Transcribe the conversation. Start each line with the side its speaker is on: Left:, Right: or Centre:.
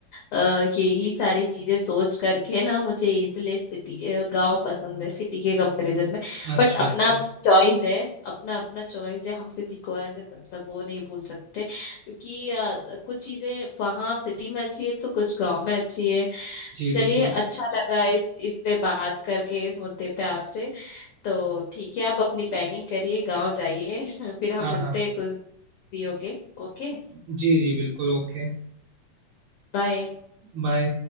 Left: अ, यही सारी चीजें सोच करके ना मुझे इसलिए सिटी गांव पसंद है सिटी के कंपैरिजन में
Right: अच्छा
Left: बट अपना
Right: अच्छा
Left: चॉइस है अपना अपना चॉइस है हम किसी को ऐसे मतलब वो नहीं बोल सकते क्योंकि अ, कुछ चीजें वहाँ सिटी में अच्छी है तो कुछ गांव में अच्छी है
Right: जी बिल्कुल
Left: चलिए अच्छा लगा इस इस पे बात करके इस मुद्दे पे आपसे तो ठीक है आप अपनी पैकिंग करिए गांव जाइए <laughs> फिर हम
Right: हाँ
Left: मिलते
Right: हाँ
Left: हैं कुछ फ्री होके ओके
Right: जी जी बिल्कुल ओके
Left: बाय
Right: बाय